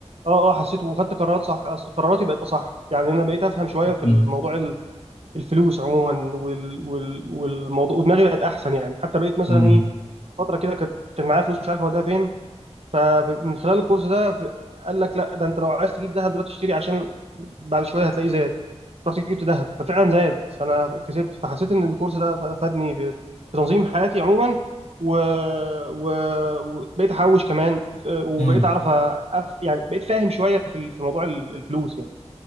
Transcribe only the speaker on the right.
اه اه حسيت وخدت قرارات صح قراراتي بقت اصح يعني انا بقيت افهم شويه في
الموضوع الفلوس عموما وال... وال... والموضوع ودماغي بقت احسن يعني حتى بقيت مثلا
ايه فتره كده كانت كان معايا فلوس مش عارف اوديها فين فمن خلال الكورس ده ف- قال لك لا ده انت لو عايز تجيب ذهب دلوقتي اشتري عشان بعد شويه هتلاقيه زاد رحت جبت ذهب ففعلا زاد فانا كسبت فحسيت ان الكورس ده ف- فادني في, في تنظيم حياتي عموما و... و... وبقيت احوش كمان ف- وبقيت
اعرف أف... يعني بقيت فاهم شويه في في موضوع الفلوس يعني